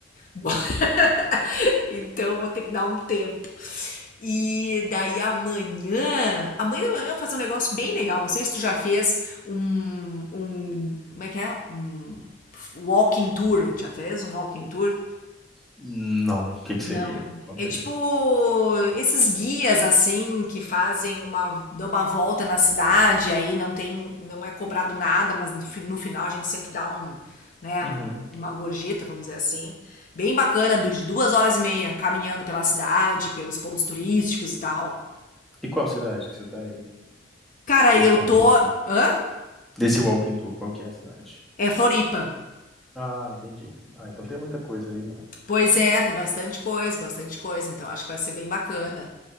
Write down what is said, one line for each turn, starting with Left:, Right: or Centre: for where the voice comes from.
Left: <laughs> Então vou ter que dar um tempo. E daí amanhã, amanhã de manhã eu vou fazer um negócio bem legal. Não sei se tu já fez um, um, como é que é? Um walking tour. Já fez um walking tour?
Centre: Não, o que que
Left: Não.
Centre: seria? Conta
Left: É tipo
Centre: aí.
Left: esses guias assim que fazem uma, dão uma volta na cidade, aí não tem, não é cobrado nada, mas no, fi- no final a gente sempre dá um, né,
Centre: Uhum.
Left: um- uma gorjeta, vamos dizer assim. Bem bacana, de duas horas e meia caminhando pela cidade, pelos pontos turísticos e tal.
Centre: E qual cidade que você tá aí?
Left: Cara,
Centre: Desse
Left: eu
Centre: Walking
Left: tô.
Centre: Tour.
Left: Hã?
Centre: Desse Walking Tour, qual que é a cidade?
Left: É Floripa.
Centre: Ah, entendi. Ah, então tem muita coisa aí, né?
Left: Pois é, tem bastante coisa, bastante coisa, então acho que vai ser bem bacana.